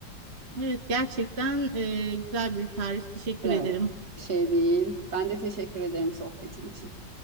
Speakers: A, on the right; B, on the right.
A: Evet gerçekten e, güzel bir tarif. Teşekkür
B: Evet,
A: ederim.
B: şey değil. Ben de teşekkür ederim sohbetin için.